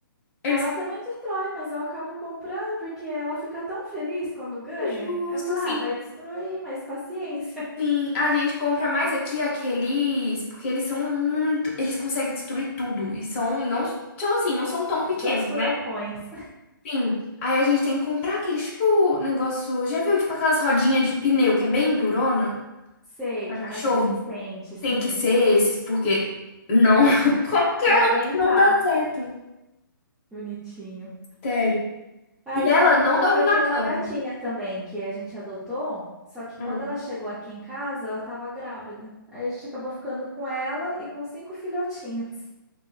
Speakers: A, on the left; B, in the centre.
A: eles.
B: Ela também destrói, mas eu acabo comprando porque ela fica tão feliz quando ganha.
A: Justo,
B: Eu falo,
A: sim.
B: ah, vai destruir, mas paciência.
A: Sim, a gente compra mais aqui aqueles. Porque eles são muito. Eles conseguem destruir tudo. E são. Não, são assim, não são tão
B: <laughs>
A: pequenos,
B: Dois furacões.
A: né? Sim. Aí a gente tem que comprar aqueles, tipo, negócio. Já viu? Tipo aquelas rodinhas de pneu que é bem durona
B: Sei
A: pra
B: que
A: cachorro?
B: é mais resistente, sim,
A: Tem que ser esses, porque não. <laughs> compra.
B: Pra aguentar.
A: Não dá certo.
B: Bonitinho.
A: Sério.
B: Ah,
A: E
B: e
A: ela
B: fora a Pituca,
A: não dorme
B: eu
A: na
B: tenho
A: cama.
B: uma gatinha também que a gente adotou. Só que
A: Hum.
B: quando ela chegou aqui em casa, ela estava grávida. Aí a gente acabou ficando com ela e com cinco filhotinhos,